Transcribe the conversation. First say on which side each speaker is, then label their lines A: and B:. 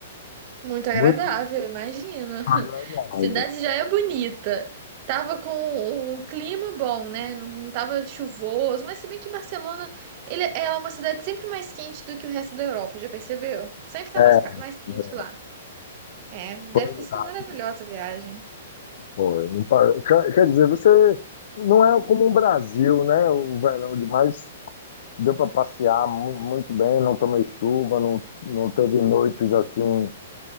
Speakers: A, on the right; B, on the left.
A: Muito agradável,
B: muito
A: eu imagino. <laughs>
B: agradável.
A: Cidade já é bonita. Tava com um clima bom, né? Não não tava chuvoso, mas se bem que Barcelona, ele, ela é uma cidade sempre mais quente do que o resto da Europa, já percebeu? Sempre tá
B: É,
A: mais, ca- mais quente
B: é.
A: lá. É, deve
B: Foi
A: ter sido
B: o gato,
A: maravilhosa a viagem.
B: foi. Não par- Quer quer dizer, você não é como o Brasil, né? O verão demais deu para passear mu- muito bem, não tomei chuva, não, não teve noites assim com